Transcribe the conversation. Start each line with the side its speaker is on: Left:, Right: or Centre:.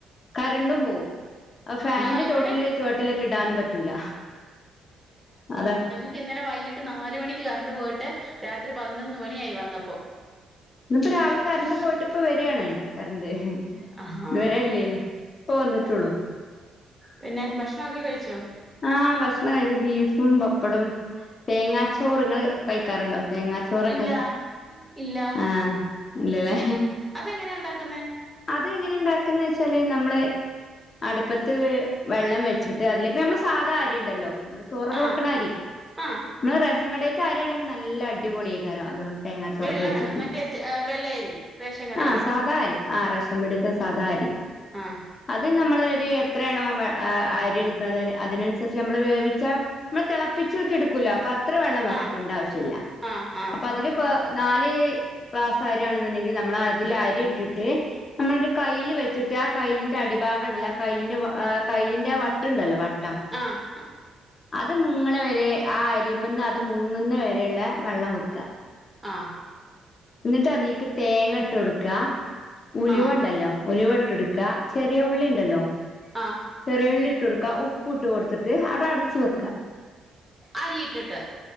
Left: കരണ്ടും പോവും ആ ഫാനിന്റെ
Right: ആഹ്
Left: ചോട്ടില്
Right: ഇവിടെ
Left: ചോട്ടിലേറ്റ ഇടാനും പറ്റൂല അതാ
Right: യ്ക്ക് ഇന്നലെ വൈകിട്ട് നാലുമണിക്ക് കറണ്ട് പോയിട്ട് രാത്രി പതിനൊന്ന് മണിയായി വന്നപ്പോ
Left: ഇന്ന് പ്പോ രാവിലെ കരണ്ട് പോയിട്ട് ഇപ്പ വരാണ് കരണ്ട് ഇത്
Right: ആഹാ
Left: വരേ ല്ലെയ്നു ഇപ്പ വന്നിട്ടൊള്ളൂ
Right: പിന്നെ ഭക്ഷണക്കെ കഴിച്ചോ
Left: ആ ഭക്ഷണം കഴിച്ചു ബീഫും പപ്പടും തേങ്ങാച്ചോറ് ഇങ്ങള് കഴിക്കാറുണ്ടോ തേങ്ങാച്ചോറ് ചോറൊക്കെ
Right: ഇല്ല ഇല്ല
Left: ആ ഇല്ലല്ലേ
Right: അതെങ്ങനെ ഉണ്ടാക്കുന്നേ
Left: അത് എങ്ങനെ ഉണ്ടാക്കന്ന് വെച്ചാല് നമ്മള് അടുപ്പത്ത് വെള്ളം വെച്ചിട്ട് അതിലേക്ക് നമ്മള് സ് സാധാ അരി ഉണ്ടല്ലോ നമ്മള് ചോറൊക്കെ
Right: ആ
Left: വെക്കണ അരി
Right: ആ
Left: നമ്മളെ റേഷൻ കടീത്തെ അരി ആണെങ്കി നല്ല അടിപൊളി എകാരം അതുകൊണ്ട് തേങ്ങാച്ചോറക്കെ
Right: വെള്ള
Left: വെച്ചിട്ടുണ്ടെകി
Right: മറ്റേ വെള്ളയരി റേഷൻ കടയിലെ
Left: ആ സാധാരി ആ റേഷൻ പിടീത്തെ സാധാരി
Right: ആഹ്
Left: അത് നമ്മള് ഒരു എത്രയാണോ അരി എടുക്ക്ണത് അതിനനുസരിച്ച് നമ്മള് വേവിച്ച നമ്മള് തിളപ്പിച്ച് ഊറ്റി എടുക്കൂലോ പാത് അത്ര വെള്ളം വെക്കേണ്ട
Right: ആ
Left: ആവശ്യല്ല
Right: ആ ആ
Left: അപ്പൊ അതില് പ്പോ നാല് ക്ലാസ് അരിആണെന്നുണ്ടെങ്കിൽ നമ്മള് അതില് അരി ഇട്ടിട്ട് നമ്മളൊരു കയ്ല് വെച്ചിട്ട് ആ കൈലിന്റെ അടിഭാഗം ഉണ്ടല്ലോ കൈലിന്റെ കൈലിന്റെ ആ വട്ടുണ്ടല്ലോ വട്ട്
Right: ആഹ്
Left: അത് മുങ്ങ്ണ വരെ ആ അരിമന്ന് അത് മുങ്ങുന്ന വരെ ള്ള വെള്ളം വെക്ക
Right: ആഹ്
Left: ന്നിട്ട് അതീക്ക് തേങ്ങ ഇട്ട് കൊടുക്കാ ഉലുവുണ്ടല്ലോ
Right: ആ
Left: ഉലുവ ഇട്ട് ടുക്കാ ചെറിയ ഉള്ളി ഇണ്ടല്ലോ
Right: ആഹ്
Left: ചെറിയുള്ളി ഇട്ട് കൊടുക്ക ഉപ്പും ഇട്ട് കൊടുത്തിട്ട് അവ്ടാ അട്ച്ച് വെക്കാ
Right: അരിയിട്ടിട്ട്